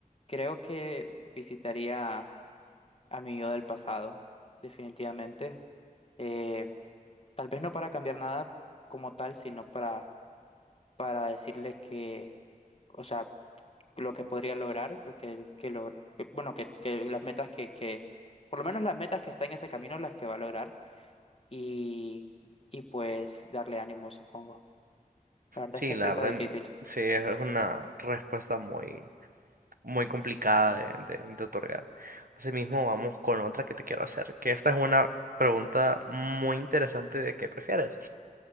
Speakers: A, on the left; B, on the right.
A: Creo que visitaría a mi yo del pasado, definitivamente. Eh, Tal vez no para cambiar nada como tal, sino para, para decirle que, o sea, lo que podría lograr, lo que, que lo, que- bueno, que, que las metas que, que, por lo menos las metas que está en ese camino, las que va a lograr y, y pues darle ánimo, supongo. La verdad
B: Sí,
A: es que
B: la
A: sí está
B: verdad,
A: difícil.
B: n- sí, es una respuesta muy, muy complicada de, de, de otorgar. Asimismo, vamos con otra que te quiero hacer, que esta es una pregunta muy interesante de qué prefieres.